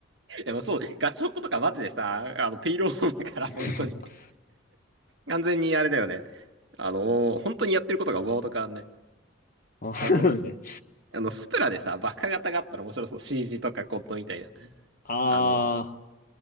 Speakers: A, on the right (about 60°); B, on the left (about 45°).
A: でもそう、ガチホコとかマジでさ、あの、ペイロードだから、
B: <laughs>
A: 本当に。完全にあれだよね。あのー本当にやってることがボード変わんない。
B: あー、
A: あの、ス
B: <laughs> ね、
A: あの、スプラでさ、バカ型があったら面白そう。CG とかコットンみたいな。
B: あ
A: あの、
B: ー